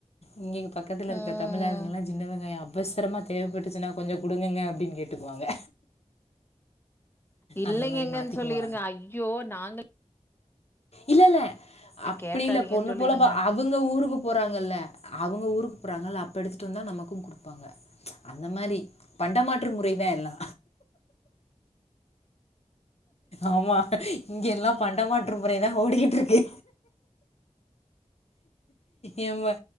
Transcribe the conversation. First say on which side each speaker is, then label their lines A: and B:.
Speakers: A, on the left; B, on the left.
A: இங்கேங்க பக்கத்துல இருக்க
B: ம்
A: தமிழாளுங்கலா சின்ன வெங்காய அப் அவசரமா தேவப்பட்டுச்சின்னா கொஞ்சோ குடுங்கங்க அப்டின்னு கேட்டுக்குவாங்க
B: இல்லைங்கங்கன்னு
A: அந்த மாரி மாத்திக்குவோ
B: சொல்லிருங்க ஐயோ நாங்க
A: இல்லல்ல அப்டி
B: கேக்காதீங்கன்னு
A: இல்ல பொண்ணு
B: சொல்லிருங்க
A: போல பா அவுங்க ஊருக்கு போறாங்கல்ல அவுங்க ஊருக் போறாங்கள அப்போ எடுத்துட்டு வந்தா நமக்கு குடுப்பாங்க அந்த மாரி பண்டமாற்று முறை தா எல்லா ஆமா இங்க எல்லா பண்டமாற்று அப்டியேதா ஓடிக்கிட்டுருக்கு ஏம் ப